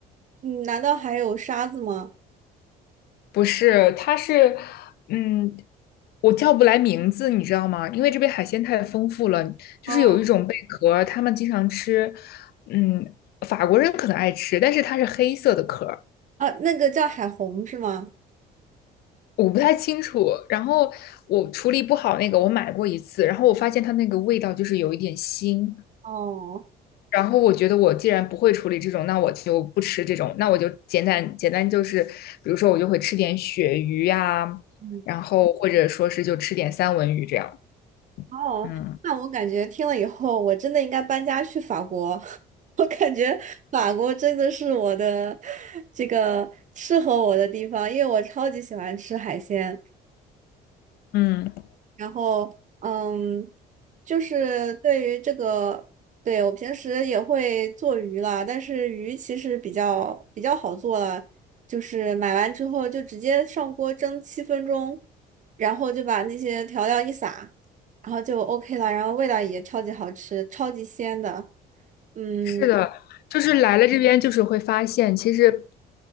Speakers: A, on the right (about 45°); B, on the left (about 70°).
A: 嗯，难道还有沙子吗？
B: 不是，它是，嗯，我叫不来名字，你知道吗？因为这边海鲜太丰富了，就是有一种贝壳，
A: 哦，
B: 他们经常吃，嗯，法国人可能爱吃，但是它是黑色的壳。
A: 啊，那个叫海虹是吗？
B: 我不太清楚。然后我处理不好那个，我买过一次，然后我发现它那个味道就是有一点腥。
A: 哦，
B: 然后我觉得我既然不会处理这种，那我就不吃这种，那我就简单简单就是，比如说我就会吃点鳕鱼呀、
A: 嗯，
B: 然后或者说是就吃点三文鱼这样。
A: 哦，
B: 嗯
A: 那我感觉听了以后，我真的应该搬家去法国。<laughs> 我感觉法国真的是我的这个适合我的地方，因为我超级喜欢吃海鲜。
B: 嗯。
A: 然后，嗯，就是对于这个，对，我平时也会做鱼啦，但是鱼其实比较比较好做了，就是买完之后就直接上锅蒸七分钟，然后就把那些调料一撒，然后就 OK 了，然后味道也超级好吃，超级鲜的。嗯
B: 是的，就是来了这边，就是会发现，其实